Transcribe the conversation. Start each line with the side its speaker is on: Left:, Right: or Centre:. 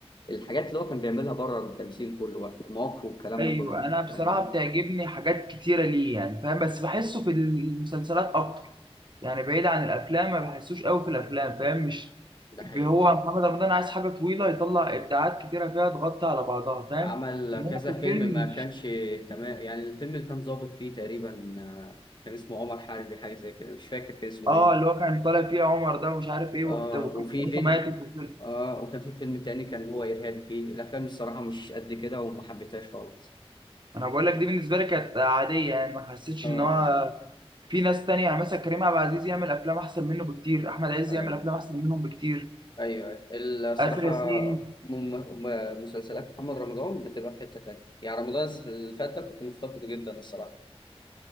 Left: الحاجات اللي هو كان بيعملها بره التمثيل كله بقى مواقفه والكلام
Right: أيوة
Left: ده كله
Right: أنا بصراحة
Left: فاهمني
Right: بتعجبني حاجات كتيرة ليه يعني فاهم بس بحسه في المسلسلات أكتر يعني بعيد عن الأفلام ما بحسوش قوي في الأفلام فاهم مش
Left: ده
Right: بي-
Left: حقيقي
Right: هو محمد رمضان عايز حاجة طويلة يطلع إبداعات كتيرة فيها تغطي على بعضها فاهم
Left: عمل
Right: إنما
Left: كذا
Right: في الفيلم
Left: فيلم ما كانش تمام يعني الفيلم اللي كان ظابط فيه تقريبا آه، كان اسمه عمر حربي حاجه زي كده مش فاكر كان اسمه
Right: اه
Left: ايه
Right: اللي هو كان طالع فيه عمر ده ومش عارف ايه
Left: اه
Right: وبت- وكان
Left: وفي
Right: مراته
Left: فيديو
Right: ماتت وكده
Left: اه وكان في فيلم تاني كان هو إرهابي فيه الأفلام الصراحة مش قد كده وما حبيتهاش خالص
Right: انا بقول لك دي بالنسبه لي كانت عاديه يعني ما حسيتش
Left: اه اه
Right: ان هو في ناس تانية يعني مثلا كريم عبد العزيز يعمل افلام احسن منه بكتير احمد عز
Left: ايوه
Right: يعمل افلام احسن منهم بكتير
Left: ايوه أيوة. الصراحة
Right: اسر ياسين
Left: مم- م- مسلسلات محمد رمضان بتبقى في حتة تانية يعني رمضان اللي فات ده كنت مفتقده جدا الصراحة